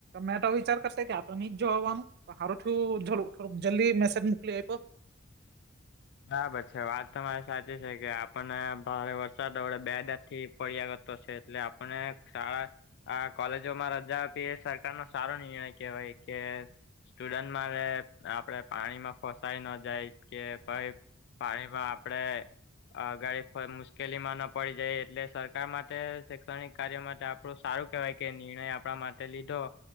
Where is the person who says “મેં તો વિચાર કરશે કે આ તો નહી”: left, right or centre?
Right